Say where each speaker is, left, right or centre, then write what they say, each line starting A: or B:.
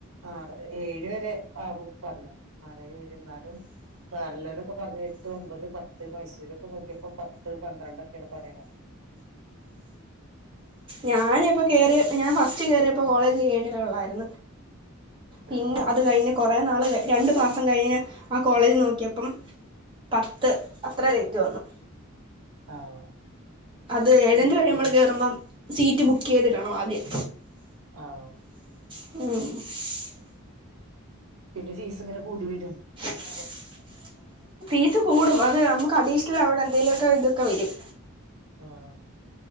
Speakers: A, on the right; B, on the right.
A: ആറ് ഏഴ് വരെ ആകും പറഞ്ഞത് ആറേഴ് വരെ. ന്നാലും പാർലലോലൊക്കെ പറഞ്ഞ് എട്ട് ഒമ്പത് പത്ത് മൈസൂരൊക്കെ നോക്കിയപ്പോ പത്ത് പന്ത്രണ്ടൊക്കെണ് പറണന്നത്
B: ഞാന് ഇപ്പോ കേറിയ ഞാൻ
A: പറഞ്ഞു
B: ഫസ്റ്റ് കേറിയപ്പോ കോളേജ് കേട്ടിട്ടൊള്ളായിരുന്ന് പിന്ന്
A: ആഹ്
B: അത് കഴിഞ്ഞ കൊറേ നാള് കഴി ഞ്ഞു രണ്ടു മാസം കഴിഞ്ഞ് ആ കോളേജ് നോക്കിയപ്പം പത്ത് അത്ര റേറ്റ് വന്നു
A: ആഹ്
B: അത് ഏജന്റ്
A: പിന്നെ
B: വഴി
A: കൂടും
B: നമ്മള് കേയറുബം സീറ്റ് ബുക്ക് ചെയ്തിടണം ആദ്യം.
A: ആഹ്
B: ഉം <unintelligible>
A: പിന്നെ ഫീസ് ഇങ്ങനെ കൂടി വരും
B: <unintelligible> ഫീസ് കൂടും അത് നമുക്ക് അഡീഷണൽ അവിടെ എന്തേലൊക്കെ ഇതൊക്കെ വെരും.
A: ആഹ്.